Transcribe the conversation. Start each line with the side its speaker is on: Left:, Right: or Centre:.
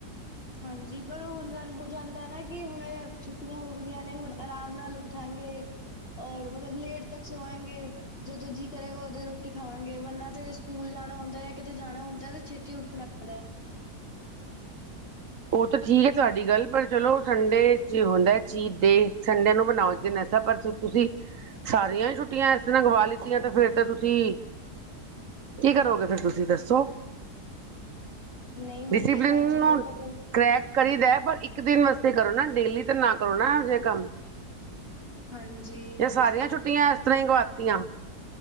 Left: ਹਾਂਜੀ ਪਰ ਉਹ ਹੁਣ ਹੋ ਜਾਂਦਾ ਨਾ ਕਿ ਹੁਣ ਛੁੱਟੀਆਂ ਹੋ ਗਈਆਂ ਨੇ ਹੁਣ ਆਰਾਮ ਨਾਲ ਉੱਠਾਂਗੇ <inaudible> ਔਰ ਮਤਲਬ ਲੇਟ ਤੱਕ ਸਵਾਂਗੇ ਜਦੋਂ ਜੀਅ ਕਰੇਗਾ ਉਦੋਂ ਹੀ ਰੋਟੀ ਖਾਵਾਂਗੇ ਵਰਨਾ ਤੇ ਸਕੂਲ ਜਾ ਜਾਣਾ ਹੁੰਦਾ ਜਾਂ ਕਿਤੇ ਜਾਣਾ ਹੁੰਦਾ ਹੈ ਤੇ ਛੇਤੀ ਉੱਡਣਾ ਹੁੰਦਾ ਹੈ
Right: ਉਹ ਤਾਂ ਠੀਕ ਹੈ ਤੁਹਾਡੀ ਗੱਲ ਪਰ ਚਲੋ ਸੰਡੇ ਚ ਹੁੰਦਾ ਚੀਟ ਦੇ ਸੰਡੇ ਨੂੰ ਬਣਾਓ ਦਿਨ ਪਰ ਤੁਸੀਂ ਸਾਰੀਆਂ ਹੀ ਛੁੱਟੀਆਂ ਇਸ ਤਰ੍ਹਾਂ ਗਵਾ ਲਿੱਤੀਆਂ ਤੇ ਫੇਿਰ ਤਾਂ ਤੁਸੀਂ ਕੀ ਕਰੋਗੇ ਫੇਿਰ ਤੁਸੀਂ ਦੱਸੋ
Left: ਨਹੀਂ ਹੁਣ
Right: ਡਿਸਿਪਲਿਨ
Left: ਤੇ ਖੈਰ ਛੁੱਟੀਆਂ
Right: ਨੂੰ
Left: ਤਾਂ
Right: ਕਰੈਕ ਕਰੀ ਦਾ ਪਰ ਇੱਕ ਦਿਨ ਵਾਸਤੇ ਕਰੋ ਨਾ ਡੇਲੀ ਤਾਂ ਨਾ ਕਰੋ ਨਾ ਇਹੋ ਜਿਹੇ ਕੰਮ
Left: ਹਾਂਜੀ
Right: ਇਹ ਸਾਰੀਆਂ ਛੁੱਟੀਆਂ ਇਸ ਤਰ੍ਹਾਂ ਹੀ ਗਵਾਤੀਆਂ